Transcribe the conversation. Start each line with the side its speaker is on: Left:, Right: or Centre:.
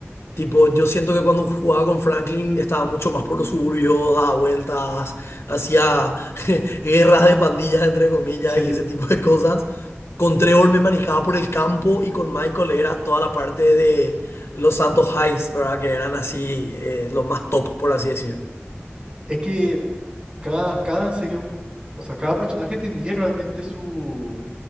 Left: Tipo, yo siento que cuando jugaba con Franklin estaba mucho más por los suburbios, daba vueltas, hacía <laughs> guerras de pandillas, entre comillas,
Right: sí.
Left: y ese tipo de cosas. Con Trevor me manejaba por el campo y con Michael era toda la parte de los Santos Highs, ¿verdad? Que eran así, eh, los más top, por así decir.
Right: Es que Cada, cada en serio, o sea, cada personaje tenía realmente su